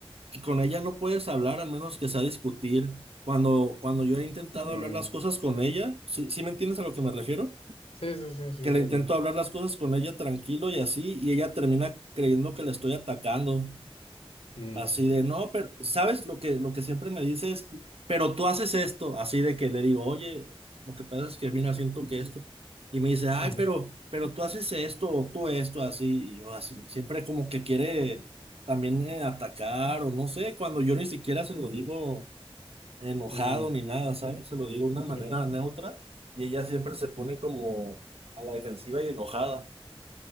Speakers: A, on the right; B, on the left.
A: que con ella no puedes hablar, al menos que sea discutir. Cuando, cuando yo he intentado
B: Mm,
A: hablar las cosas con ella, ¿sí, sí me entiendes a lo que me refiero?
B: Sí, sí, sí, sí,
A: que
B: entiendo.
A: le intento hablar las cosas con ella tranquilo y así, y ella termina creyendo que le estoy atacando.
B: Mm,
A: Así de, no, pero, ¿sabes lo que, lo que siempre me dices? Pero tú haces esto, así de que le digo, oye, lo que pasa es que mira, siento que esto. Y me dice, ay,
B: ujú,
A: pero, pero tú haces esto o tú esto, así, y yo así, siempre como que quiere también eh, atacar o no sé, cuando yo ni siquiera se lo digo enojado
B: mm,
A: ni nada, ¿sabes? Se lo digo de una manera
B: sí,
A: neutra y ella siempre se pone como a la defensiva y enojada.